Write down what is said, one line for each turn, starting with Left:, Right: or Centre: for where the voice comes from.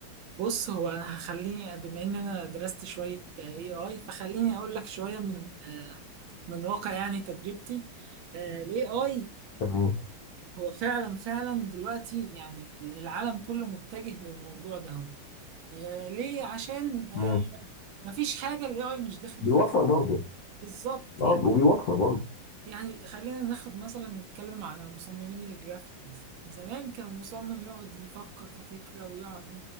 Right: بص هو انا هخليني بما ان انا درست شويه اي اي فخليني اقول لك شويه من آه، من واقع يعني تجربتي الاي اي
Left: تمام
Right: هو فعلا فعلا دلوقتي يعني العالم كله متجه للموضوع ده هو آه، ليه عشان آه،
Left: مم.
Right: مفيش حاجه الاي اي مش داخل
Left: بيوفر
Right: فيها
Left: برضه
Right: بالظبط
Left: اه
Right: يعني
Left: وبيوفر برضه
Right: يعني خلينا ناخد مثلا نتكلم على مصممين الجرافيك مثلا زمان كان مصمم يقعد يفكر في فكرة ويقعد ي-